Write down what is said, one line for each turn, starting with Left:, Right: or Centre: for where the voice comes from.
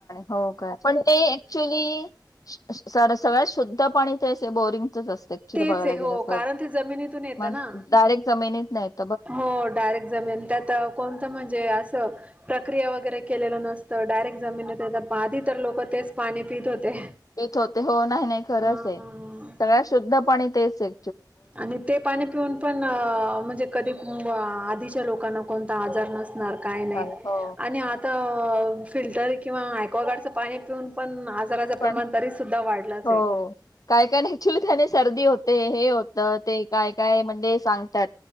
Left: हो काय पण ते क्च्युली सगळ्यात शुद्ध पाणी ते बोरिंगच असते. तसं
Right: तेच
Left: जर बघायला
Right: आहे हो
Left: गेले तर
Right: कारण
Left: ते
Right: जमिनीतून येतं ना.
Left: डायरेक्ट जमिनीतन येते.
Right: हो डायरेक्ट जमीन त्यात कोणतं म्हणजे असं प्रक्रिया वगैरे केलेलं नसत. तर डायरेक्ट जमीनी हो आधी तर लोक तेच पाणी पित होते.
Left: तेच होते हो नाही नाही खरंच
Right: हा
Left: आहे
Right: हा
Left: सगळ्यात शुद्धपणी तेच ये.
Right: आणि ते पाणी. न पण म्हणजे कधी आधीच्या लोकांना कोणता आजार नसणार काय नाही
Left: चालेल हो
Right: आणि आता फिल्टर किंवा यक्वागार्डचं पाणी पिऊन पण आजाराचं
Left: पण
Right: प्रमाण तरी सुद्धा वाढलंच
Left: हो.
Right: आहे.
Left: काय काय ऍक्च्युली त्याने सर्दी होते हे होतं ते काय काय म्हणजे सांगतात.